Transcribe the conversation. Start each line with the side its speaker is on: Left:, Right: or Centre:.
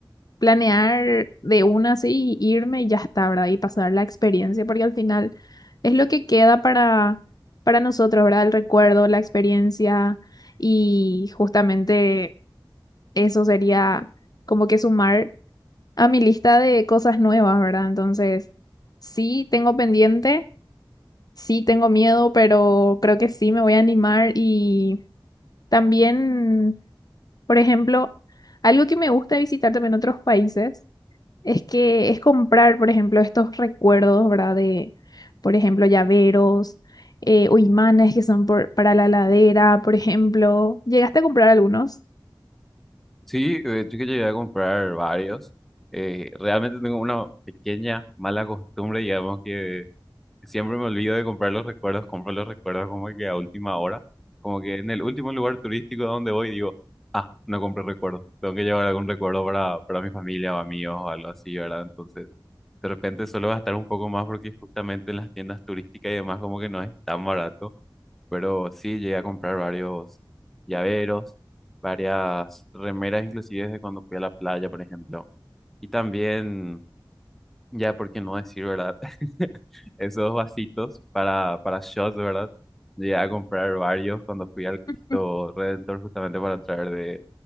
Left: planear de una así, irme y ya está, ¿verdad? Y pasar la experiencia, porque al final es lo que queda para, para nosotros, ¿verdad? El recuerdo, la experiencia y justamente eso sería como que sumar a mi lista de cosas nuevas, ¿verdad? Entonces, sí tengo pendiente, sí tengo miedo, pero creo que sí me voy a animar y también, por ejemplo, algo que me gusta visitar también en otros países es que es comprar, por ejemplo, estos recuerdos, ¿verdad? De, por ejemplo, llaveros eh, o imanes que son por- para la ladera, por ejemplo. ¿Llegaste a comprar algunos?
Centre: Sí, de hecho que llegué a comprar varios. Eh, realmente tengo una pequeña mala costumbre, digamos, que siempre me olvido de comprar los recuerdos, compro los recuerdos como que a última hora, como que en el último lugar turístico donde voy digo, ah, no compré recuerdos, tengo que llevar algún recuerdo para, para mi familia o amigos o algo así, ¿verdad? Entonces, de repente suelo gastar un poco más porque justamente en las tiendas turísticas y demás como que no es tan barato pero sí llegué a comprar varios llaveros, varias remeras, inclusive de cuando fui a la playa, por ejemplo. Y también, ya por qué no decir, ¿verdad? <laughs> Esos vasitos para, para shots, ¿verdad? Llegué a comprar varios cuando fui al Cristo
Left: <laughs>
Centre: Redentor justamente para traer de,